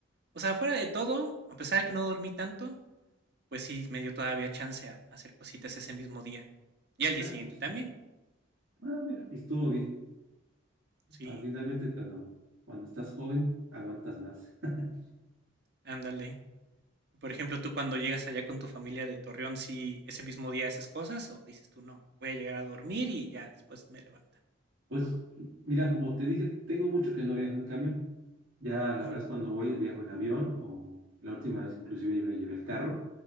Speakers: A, on the right; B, on the right.
A: O sea, fuera de todo, a pesar de que no dormí tanto, pues sí me dio todavía chance a hacer cositas ese mismo día. Y al día
B: Ah,
A: siguiente
B: pues,
A: también.
B: ah, mira, estuvo bien.
A: Sí,
B: Ah, Finalmente, cuando, cuando estás joven, aguantas más. <laughs>
A: ándale. Por ejemplo, tú cuando llegas allá con tu familia de Torreón, ¿sí ese mismo día haces cosas o dices tú no, voy a llegar a dormir y ya después me levantan?
B: Pues mira, como te dije, tengo mucho que no viajo en camión. Ya la
A: Ujú,
B: verdad es cuando voy es viajo en avión o la última vez inclusive me llevé el carro,